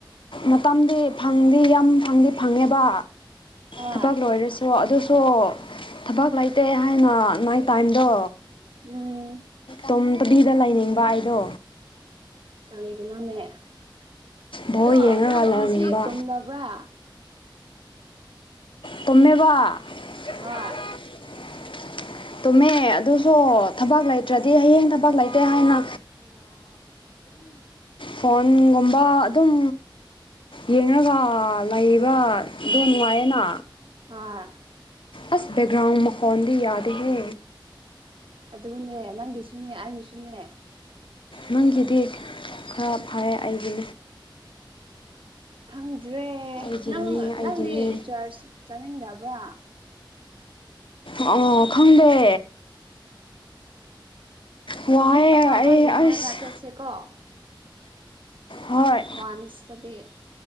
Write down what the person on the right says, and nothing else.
ꯍꯣꯏ
ꯎꯝ
ꯀꯔꯤꯒꯤꯅꯣꯅꯦ
ꯑꯗꯣ
ꯅꯪ
ꯉꯁꯤ ꯇꯨꯝꯗꯕ꯭ꯔꯥ
ꯍ
ꯍꯥꯥ
ꯑꯗꯨꯅꯦ ꯅꯪꯒꯤꯁꯨꯅꯦ ꯑꯩꯒꯤꯁꯨꯅꯦ
ꯈꯪꯗ꯭ꯔꯦ
ꯅꯪ
ꯅꯪꯗꯤ ꯆꯔꯆ ꯆꯠꯅꯤꯡꯗꯕ꯭ꯔꯥ
ꯅꯨꯃꯤꯠ ꯑꯐꯕ
ꯌꯦꯡꯉꯒ
ꯆꯠꯁꯦꯀꯣ
ꯋꯥꯟꯁꯗꯤ